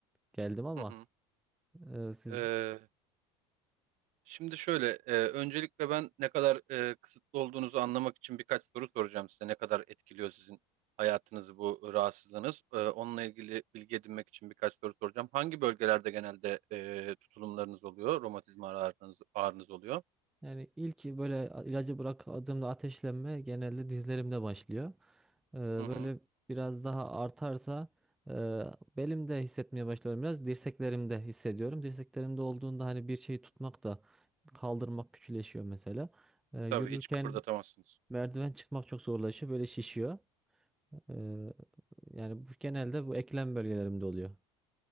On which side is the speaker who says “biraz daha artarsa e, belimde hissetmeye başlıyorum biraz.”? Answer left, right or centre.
Centre